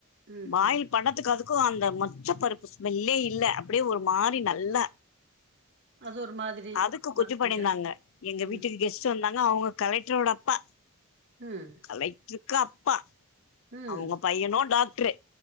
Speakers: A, on the right (about 55°); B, on the left (about 65°).
A: ம்ஹ்ம்.
B: பாயில் படத்துக்கு அதுக்கு அந்த மொச்ச பருப்பு ஸ்மெல்லே இல்ல அப்டியே ஒரு மாரி நல்ல
A: அது ஒரு மாதிரி
B: அதுக்கு கொச்சு
A: வாசனையா.
B: பண்ணிருந்தாங்க எங்க
A: ம்,
B: வீட்டுக்கு கெஸ்ட் வந்தாங்க அவங்க கலெக்ரோட அப்பா
A: ம்
B: கலெக்ருக்கு அப்பா
A: ம்,
B: அவங்க பையனு டாக்டரு